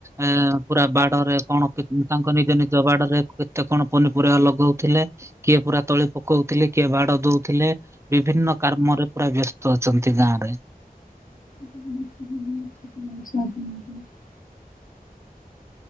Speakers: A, on the right; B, on the left.
A: ଏ ପୁରା ବାଡରେ କଣ ତାଙ୍କ ନିଜ ନିଜ ବାଡରେ କେତେ କଣ ପନିପରିବା ଲଗଉଥିଲେ, କିଏ ପୁରା ତଳି ପକଉଥିଲେ, କିଏ ବାଡ ଦଉଥିଲେ। ବିଭିନ୍ନ କାର୍ମରେ ପୁରା ବ୍ୟସ୍ତ ଅଛନ୍ତି ଗାଁରେ।
B: ହୁଁ- ହୁ। ଆଚ୍ଛା <unintelligible>